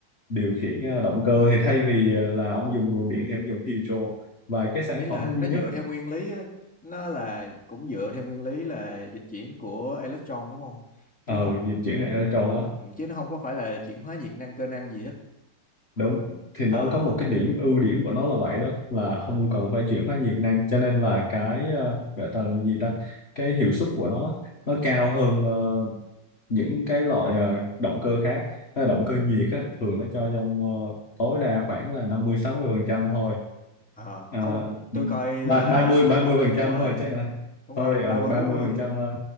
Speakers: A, on the left (about 35°); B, in the centre.
A: điều khiển ờ, động cơ thì thay vì ờ, là ông dùng nguồn điện thì ông dùng hydro và cái
B: À,
A: sản
B: ý là
A: phẩm
B: nó
A: duy nhất
B: dựa theo nguyên lý á, nó là cũng dựa theo nguyên lý là dịch chuyển của electron đúng không chứ
A: ờ
B: không
A: di chuyển electron á
B: ừ, chứ nó không có phải là chuyển hóa nhiệt năng cơ năng gì hết
A: đúng thì nó
B: à,
A: có một cái điểm ưu điểm của nó là vậy đó là không cần phải chuyển hóa nhiệt năng cho nên là cái ờ, gọi ta là gì ta cái hiệu suất của nó nó cao hơn ờ, những cái loại ờ, động cơ khác Ờ, động cơ nhiệt á, thường nó cho trong ờ, tối đa khoảng là năm mươi sáu mươi phần trăm thôi
B: à
A: à,
B: không tôi coi
A: ba-
B: là
A: 30 30 phần trăm
B: đúng rồi
A: thôi chứ là
B: đúng
A: sorry
B: rồi,
A: ở
B: ba mươi
A: ba
B: bốn
A: mươi
B: mươi
A: phần trăm thôi.